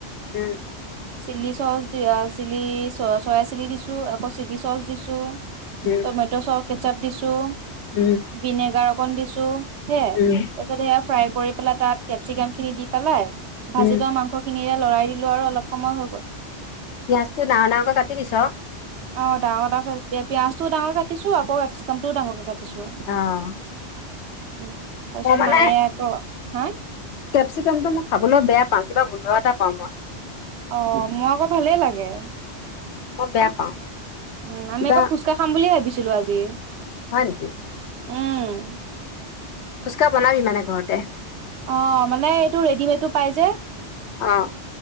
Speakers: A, on the left; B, on the right.
A: উম।
B: চিলি চচ দি চিলি চ চয়া চিলি দিছোঁ আকৌ চিলি চচ দিছোঁ।
A: হু।
B: টমেট' চ কেচাপ দিছোঁ।
A: উম।
B: ভিনেগাৰ অকন দিছোঁ সেয়া,
A: উম
B: তাৰপিছত সেয়া ফ্ৰাই কৰি পেলাই তাত কেপচিকামখিনি দি পেলাই ভাজি
A: উম
B: থোৱা মাংস খিনিৰে লৰাই দিলোঁ আৰু অলপ সময় হৈ গ'ল।
A: পিয়য়াজটো ডাঙৰ ডাঙৰকৈ কাটি দিছ।
B: অ' ডাঙৰাঙৰ ক পিয়ঁয়াজটো ডাঙৰকে কাটিছোঁ আকৌ কেপচিকামও ডাঙৰকে কাটিছো।
A: অ'।
B: উ, তাৰপিছত
A: মই মানে
B: মায়ে আকৌ, হা?
A: কেপচিকামটো মই খাবলৈ বেয়া পাওঁ, কিবা গোন্ধ এটা পাওঁ মই।
B: অ' মই আকৌ ভালেই লাগে।
A: মই বেয়া পাওঁ।
B: উম, আমি
A: কিবা
B: আকৌ ফুচকাহ খাম বুলিয়ে ভাবিছিলোঁ আজি।
A: হয় নেকি?
B: উম।
A: ফুচকাহ বনাবি মানে ঘৰতে?
B: অ' মানে এইটো ৰেডিমেডটো পাই যে।
A: অ'।